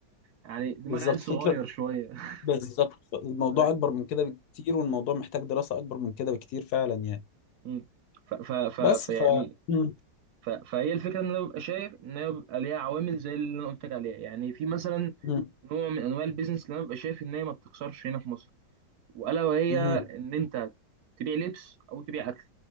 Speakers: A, on the right; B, on the left.
A: يعني دماغ
B: بالظبط
A: عيل صغير
B: فكرة
A: شويه <laughs>
B: بالظبط الموضوع
A: فاهم
B: اكبر من كده بكتير والموضوع محتاج دراسة اكبر من كده بكتير فعلا يعني
A: مم. ف ف ف
B: بس
A: ف يعني
B: ف مم.
A: ف فهي الفكره ان انا ببقى شايف ان هي بيبقى ليها عوامل زي اللي انا قلت لك عليها يعني في مثلا
B: مم.
A: نوع من انواع البيزنس اللي انا ببقى شايف ان هي ما بتخسرش هنا في مصر والا وهي
B: مم.
A: ان انت تبيع لبس او تبيع اكل